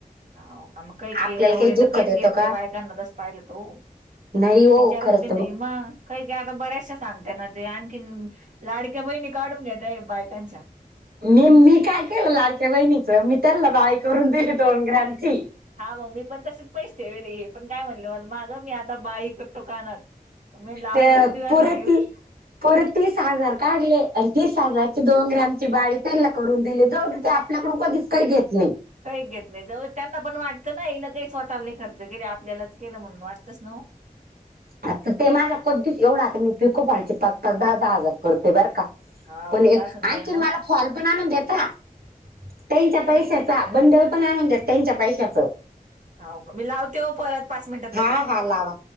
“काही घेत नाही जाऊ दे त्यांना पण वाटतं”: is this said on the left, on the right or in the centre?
Right